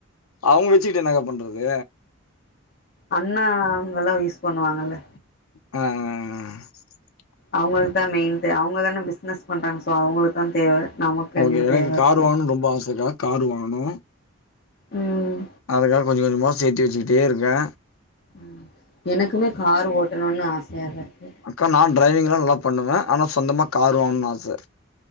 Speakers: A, on the left; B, on the left.
A: அவுங்க வச்சுக்கிட்டு என்னக்கா பண்றது
B: அண்ணா அவுங்கல்லா யூஸ் பண்ணுவாங்கல்ல
A: ஆ ஆ ஆ
B: அவுங்களுக்கு தா மெயின் தே அவுங்க தானே பிஸ்னஸ் பண்றாங்க சோ அவுங்களுக்கு தா தேவ நமக்கு
A: ஓகே
B: என்ன
A: எனக்கு
B: தேவ இருக்கு
A: கார் வாங்கணும் ரொம்ப ஆசக்கா காரு வாங்கணு
B: ம்
A: அதுக்காக கொஞ்சம் கொஞ்சமா சேத்து வச்சுக்கிட்டே இருக்கே
B: அ எனக்குமே கார் ஓட்டணும்னு ஆசையா தா இருக்கு
A: அக்கா நா டிரைவிங்லா நல்லா பண்ணுவே ஆனா சொந்தமா கார் வாங்கணும் ஆச